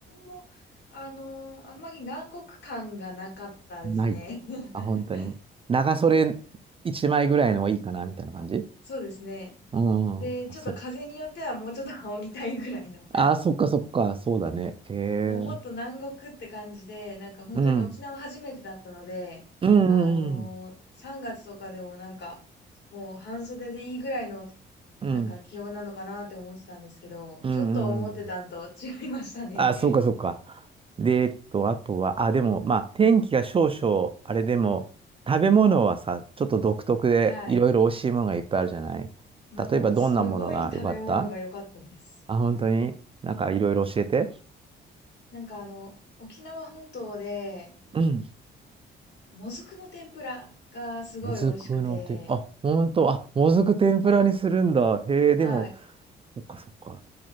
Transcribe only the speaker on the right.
ない。
あ、本当に。長袖一枚ぐらいのがいいかな、みたいな感じ
うん。
あ、そっかあ、
そっかそっか。そうだね。へえ。
うん。うんうん
うん。
うん。うんう
んうん。あ、そうか、そうか。で、えっと、あとは、あ、でも、まあ、天気が少々、あれでも、食べ物はさ、ちょっと独特で、
いろいろ美味しいものがいっぱいあるじゃない例えば、
どんなものが良かった
あ、本当になんかいろいろ教えて。
うん。
もずくのて、あ、本当、あ、もずく天ぷらにするんだ。へえ、
でも、そっか、そっか。